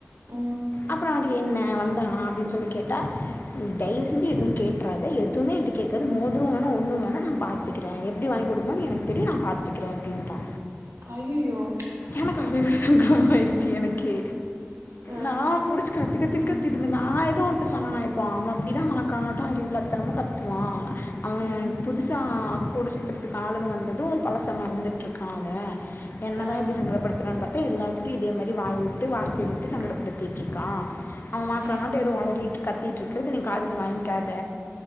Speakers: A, on the right (about 80°); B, on the left (about 50°).
A: ம்
B: அப்பற அவன்ட என்ன வந்தானா அப்டின் சொல்லி கேட்டா நீ தயவு செஞ்சு எது கேற்றாத எதும்மே என்ட்ட கேக்காத மோதுரோ வேணா ஒன்னு வேணா நா பாத் பாத்துக்றே எப்டி வாங் குடுக்கனுன் எனக் தெரியு நா பாத்துக்கறே அப்டின்ட்டா
A: ஐயையோ
B: எனக்கு அத விட சங்கடமாய்ருச்சு எனக்கு
A: ஆ
B: நா புடுச்சி கத்துகத்து கத்திட்ருந்த நா எதுவு அப்படி சொன்னனா பா அவ அப்டிதா மாக்கானாட்ட அறிவில்லா தனமா கத்துவா அவ
A: ம்
B: புதுசா கூட சுத்துற்துக்கு ஆளுக வந்தது பழச மறந்துட்ருக்கா தே என்ன தா
A: ஆ
B: இப்டி சங்கடப்படுத்துறான் பாத்தா எல்லாத்துட்டியு இதே மாரி வாய் உட்டு வார்த்தை டு
A: ம்
B: சங்கடப்படுத்திட்ருக்கா அவ மாக்கானட்ட
A: ஆ
B: ஒளறிட் திட் இருகுறது நீ காது ல வாங்கிக்காத